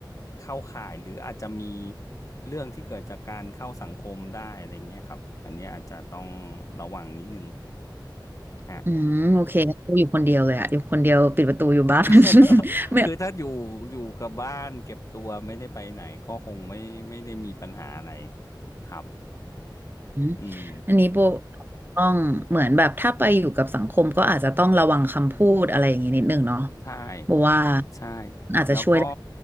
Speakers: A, on the left; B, on the right.
A: เข้าข่ายหรืออาจจะมีเรื่องที่เกิดจากการเข้าสังคมได้อะไรเงี้ยครับอันเนี้ยอาจจะต้องระวังนิดนึงฮะ
B: อืม โอเคงั้นกูอยู่คนเดียวเลยอะอยู่คนเดียวปิดประตูอยู่บ้าน
A: <laughs>
B: <laughs> ไม่
A: คือถ้าอยู่อยู่กับบ้านเก็บตัวไม่ได้ไปไหนก็คงไม่ไม่ได้มีปัญหาอะไรครับ
B: อืม
A: อืม
B: อันนี้โบต้องเหมือนแบบถ้าไปอยู่กับสังคมก็อาจจะต้องระวังคำพูดอะไรอย่างนี้นิดนึงเนาะ
A: ใช่
B: โบว่า
A: ใช่
B: อาจจะช่วยได้
A: แล้วก็